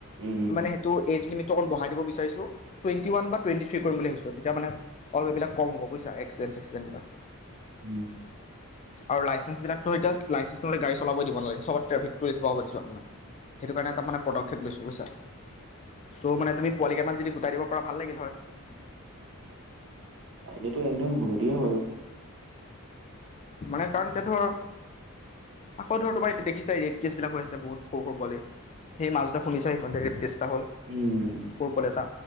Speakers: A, on the right; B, on the left.
A: উম উম
B: সেইটো এজ লিমি টো অলপ বহাই দিব বিচাৰছো টুৱেনটি ৱান বা টুৱেনটি ঠি কৰি বুলি ভাবিছো তেতিয়া মানে? অলপ এইবিলাক কম গব বুইছা এক্সিডেণ্ট চেক্সি ডেণ্টবিলাক।
A: উম।
B: আৰু লাইচেন্স বিলাকতো এতিয়া লাইচেঞ্চ নতে গাড়ী চলাব দিবালাগেব ট্ৰেক টৰিষ্ট বহাব দিছোঁ মানে সেইটো কাৰণে তাৰমানে পদক্ষে লৈছোঁ বুজছা, চ' মানে তুমি পোৱালি কেইটান যদি গোটাই দিব পৰাাৰ ভাল লাগিল হয়।
A: হয়। এইটো একদম বঢ়িয়া বাৰু।
B: মানে, কাৰণ এতিয়াধৰ আকৌ ধৰ তোমাৰ দেখিছা ৰেপ কেছ বিলাক হৈ আছে বহুত সৰু সৰু পোৱালিৰ। <unintelligible> <unintelligible>
A: উম।
B: সৰু পোৱালি এটা